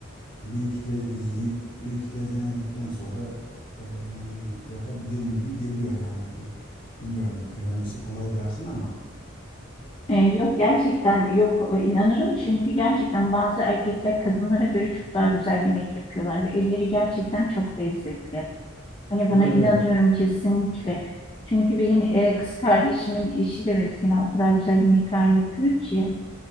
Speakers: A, on the left; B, on the left.
A: bir iki kez izleyip bir iki kez denedikten sonra eee, yapabilirim gibi geliyor yani bu bilmiyorum söylemesi kolay dersin ama.
B: Ee, yok gerçekten yok e, inanırım. Çünkü gerçekten bazı erkekler kadınlara göre çok daha güzel yemek yapıyorlar ve elleri gerçekten çok lezzetli. Hani
A: Evet.
B: buna inanıyorum kesinlikle. Çünkü benim e, kız kardeşimin eşi de mesela o kadar güzel yemekler yapıyor ki.